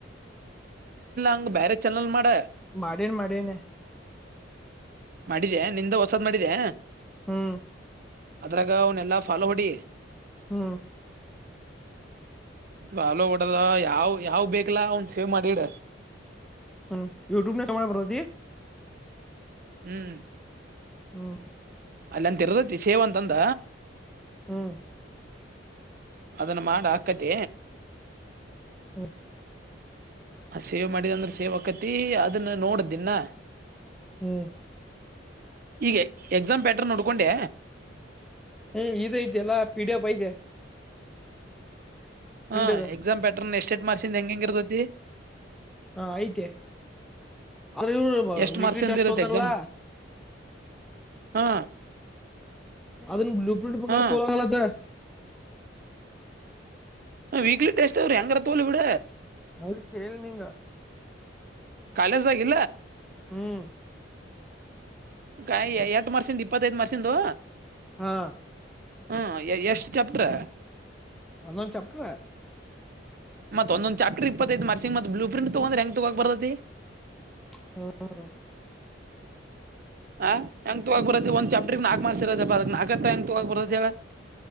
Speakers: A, on the right; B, in the centre.
A: ಹ ಬೇ ಚೆನಲ್ ಮಾಡ
B: ಮಾಡನ್ ಮಾಡನ
A: ಮಾಡಿದೆ ನಿಂದ ಹೊಸದ್ ಮಾಡಿದೆ
B: ಹ್ಮ್
A: ಅದ್ರಾಗ ಅವನ ಎಲ್ಲಾ ಫಾಲೋ ಹೊಡಿ
B: ಹ್ಮ
A: <inaudible> ಬಾವಲ ಹೊಡದ ಯಾವ್ ಯಾವ ಬೇಕಿಲ್ಲಾ ಅವನ್ ಸೇವ್ ಮಾಡಿಡ
B: ಹ್ಮ್ ಯೂಟ್ಯೂಬ್ ನ ಮಾಡ ಬರ್ತಿ
A: ಹ್ಮ್
B: ಹ್ಮ
A: ಅಲ್ಲ ಅಂತರ್ದತಿ ಸೇವ್ ಅಂತಂದ
B: ಹ್ಮ್
A: ಅದನ್ನ ಮಾಡ ಹಾಕದ
B: ಹ್ಮ್
A: ಆ ಸೇವ್ ಮಾಡಿದ ಅಂದ್ರ ಸೇವ್ ಆಕತಿ ಅದನ್ನ ನೋಡದ್ದನ್ಾ
B: ಹ್ಮ್
A: ಈಗ ಎಕ್ಸಾಮ್ ಪ್ಯಾಟರ್ ನೋಡ್ಕೊಂಡೆ
B: ಹ್ಮ ಇದೈಐತೆ ಎಲ್ಲಾ ಪೀಡಿಯ ಬ ತೆ
A: ಹಾ
B: ಅದ
A: ಎಕ್ಸಾಮ್ ಪ್ಯಾಟ್ರನ್ ಎಷ್ಟ ಎಷ್ಟಟ್ ಮಾರ್ಸಿಂದ ಹೆಂಗ ಹೆಂಗ ಇರ್ತತಿ
B: ಹಾ ಐತೆ ಅ್ರ ಇವರು
A: ಎಷ್ಟ್
B: ವೀಕ್ಲಿ
A: ಮಾರ್ಕ್ಸಿಂದ
B: ಟೆಸ್ಟ್
A: ಇರತ್ತೆ
B: ಹತಾರಲ್ಲ
A: ಎಕ್ಸಾಮ್ ಹಾ
B: ಅದ್ ಬ್ಲೂಪ್ರಿಂಟ್ ಪ್ರಕಾರ
A: ಹಾ
B: ತೋಲಾಗಲತ
A: ಹಾ ವೀಕ್ಲಿ ಟೆಸ್ ಯಂಗ್ರ ತೋಳ ಬಿಡ
B: ಅದ ಕೇಳ ನಿಂಗ
A: ಕಾಲಜಾಗಿ
B: ಹ್ಮ್
A: ಕ ಎ ಮರ್ಷಿಿಂದ ಇಪ್ಪತ್ತೈಮರ್ಷಿಂದು
B: ಹಾ
A: ಹ್ಮ ಎಷ್ಟು ಚಪ್ಟ್ರ
B: ಒಂದಂದು ಚಪ್ಪರ.
A: ಮತ್ತೊಂದೊಂದು ಚಾಪ್ಟರ್ ಇಪ್ಪತ್ತೈಐತ್ರ್ಸಿಂಗತ್ ಬ್ಲೂ ಪ್ರ್ರಂಟ್ ತಗೊಂಡ್ರ ಹೆಂಗ ತಗೋ ಬರತೈತಿ.
B: ಹ್ಮ್
A: ಹ ಎಂಗ ತೊಗಾಗಬ್ಬರ ಜಚಾಪ್ರಟಿಗೆ ಆ ಮಾಡಾರ ಸರ ಬ ಆತ ಎ ತೊಗಾಗಬರಾ ಹೇಳ?